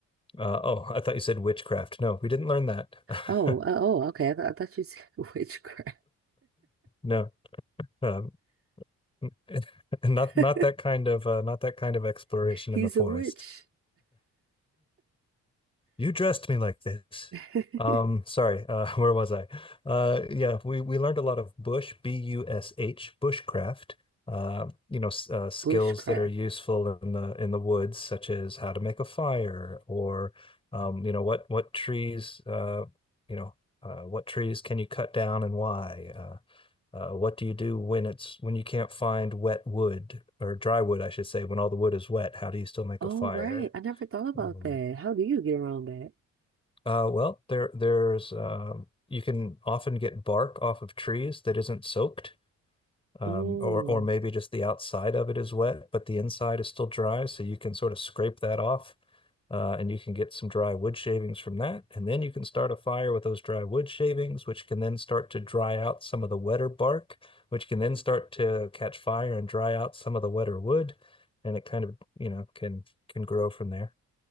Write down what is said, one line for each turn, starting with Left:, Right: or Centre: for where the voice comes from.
Left: uh, oh, I thought you said witchcraft. No, we didn't learn that.
Right: Oh,
Left: <laughs>
Right: uh, oh, okay. I, th I thought you said <laughs> witchcraft.
Left: No, um, <laughs> not
Right: <laughs>
Left: not that kind of uh, not that kind of exploration
Right: He's
Left: in the forest.
Right: a witch.
Left: You dressed me like this.
Right: <laughs>
Left: Um, sorry, uh, <laughs> where was I? Uh, yeah, we, we learned a lot of bush, B-U-S-H, bushcraft. Uh, you know, s- uh, skills
Right: Bushcraft.
Left: that are useful in the in the woods, such as how to make a fire, or um, you know, what what trees, uh, you know, uh, what trees can you cut down and why? Uh, uh, what do you do when it's when you can't find wet wood or dry wood, I should say, when all the wood is wet? How do you still make
Right: Oh,
Left: a fire?
Right: right. I never thought about
Left: Um,
Right: that. How do you get around that?
Left: uh, well, there there's um, you can often get bark off of trees that isn't soaked, um,
Right: Oh,
Left: or or maybe just the outside of it is wet, but the inside is still dry, so you can sort of scrape that off, uh, and you can get some dry wood shavings from that, and then you can start a fire with those dry wood shavings, which can then start to dry out some of the wetter bark, which can then start to catch fire and dry out some of the wetter wood, and it kind of, you know, can can grow from there.